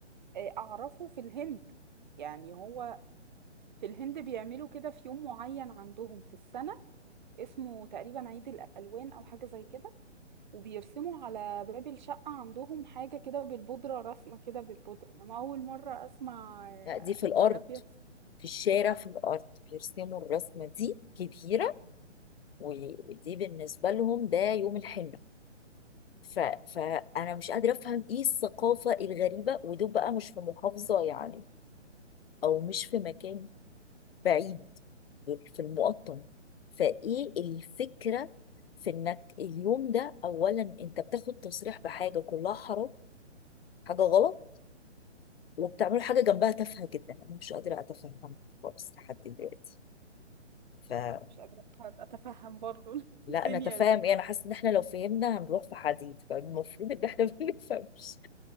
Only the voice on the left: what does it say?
دي في الارض
في الشارع في الارض بيرسموا الرسمة دي كبيرة ودي بالنسبة لهم ده يوم الحنة ف... فانا مش قادرة افهم ايه الثقافة الغريبة ودول بقى مش في محافظة يعني او مش في مكان بعيد يعني في المقطم فايه الفكرة في انك اليوم ده اولا انت بتاخد تصريح بحاجة كلها حرام حاجة غلط وبتعمل حاجة جنبها تافهة جدا انا مش قادرة اتفهم خالص لحد دلوقتي فلا
انا
تفاهم
ايه انا حاسه ان احنا لو فهمنا هنروح في حديد فالمفروض ان احنا <laughs> ما نفهمش